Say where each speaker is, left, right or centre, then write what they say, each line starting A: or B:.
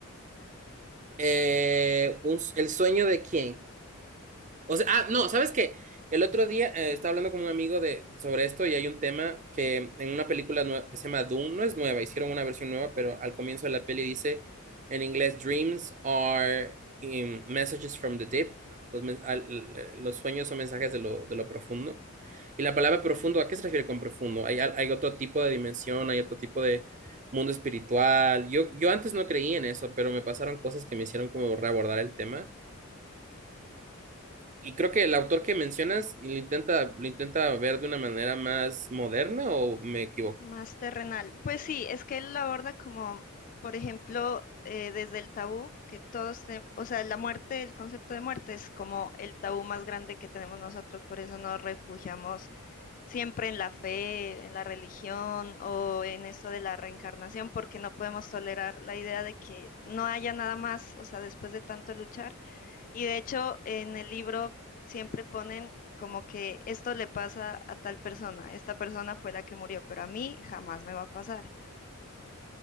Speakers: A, on the right (about 35°); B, on the left (about 40°).
A: Eh, un- el sueño de quién. O sea, ah, no, ¿sabes qué? El otro día eh, estaba hablando con un amigo de, sobre esto y hay un tema que en una película nue- que se llama Doom, no es nueva, hicieron una versión nueva, pero al comienzo de la peli dice en inglés, Dreams are um, messages from the deep, los, men- al- eh, los sueños son mensajes de lo, de lo profundo. Y la palabra profundo, ¿a qué se refiere con profundo? Hay, al- hay otro tipo de dimensión, hay otro tipo de mundo espiritual. Yo, yo antes no creí en eso, pero me pasaron cosas que me hicieron como reabordar el tema. Y creo que el autor que mencionas lo intenta, lo intenta ver de una manera más moderna o me equivoco.
B: Más terrenal. Pues sí, es que él la aborda como, por ejemplo, eh, desde el tabú, que todos, te- o sea, la muerte, el concepto de muerte es como el tabú más grande que tenemos nosotros, por eso nos refugiamos siempre en la fe, en la religión o en esto de la reencarnación, porque no podemos tolerar la idea de que no haya nada más, o sea, después de tanto luchar. Y de hecho, en el libro siempre ponen como que esto le pasa a tal persona, esta persona fue la que murió, pero a mí jamás me va a pasar.